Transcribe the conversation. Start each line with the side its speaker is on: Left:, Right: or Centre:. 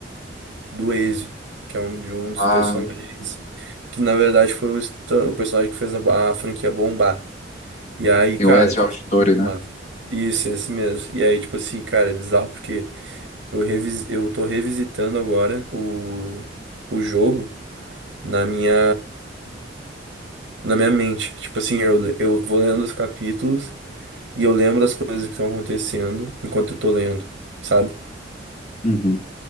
Right: do Ezio, que é um, de um dos
Left: Ah,
Right: personagens que na verdade foi o, histó- o personagem que fez a, ba- a franquia bombar. E aí,
Left: tem
Right: cara,
Left: o Ezio
Right: tá
Left: Auditore,
Right: sendo muito
Left: né?
Right: massa. Isso, esse mesmo. E aí, tipo assim, cara, é bizarro porque eu, revis, eu tô revisitando agora o, o jogo na minha, na minha mente. Tipo assim, eu, eu vou lendo os capítulos e eu lembro as coisas que estão acontecendo enquanto eu tô lendo, sabe?
Left: Uhum.